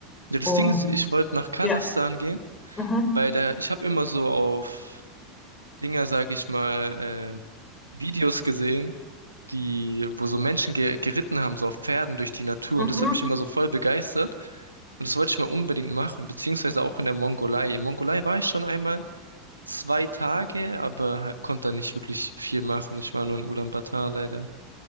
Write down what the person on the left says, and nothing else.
Und
ja,
mhm.
Mhm.